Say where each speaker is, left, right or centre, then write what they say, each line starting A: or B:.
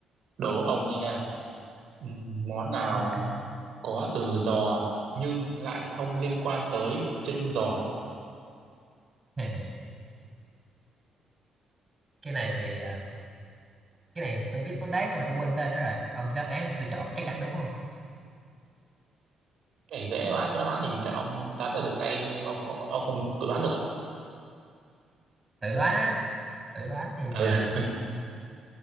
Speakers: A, on the right; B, on the right.
A: đố ông nha. Ừ. Món nào
B: Ok.
A: có từ giò nhưng lại không liên quan tới chân giò?
B: <laughs> Cái này thì ờ, cái này tôi biết món đấy nhưng mà tôi quên tên nó rồi. Ông cho đáp án thì tôi chọn chắc chắn đúng không?
A: Cái này dễ quá, cái đáp án thì chắc ông đoán ra được ngay, ông, không- ông không tự đoán được.
B: Tự đoán á, tự đoán thì
A: Ừ.
B: ờ,
A: <laughs>